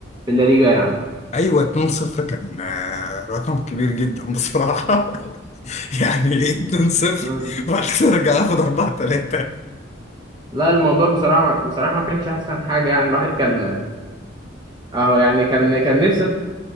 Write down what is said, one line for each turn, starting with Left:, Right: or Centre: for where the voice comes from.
Right: في الليجا يعني
Left: ايوه 2-0 كان آه، رقم كبير جدا بصراحه <laughs> يعني ايه 2-0
Right: مم.
Left: وبعد <laughs> كده ارجع اخد 4-3
Right: لا الموضوع بصراحة بصراحة ما كانش أحسن حاجة يعني الواحد كان أهو يعني كان كان نفسه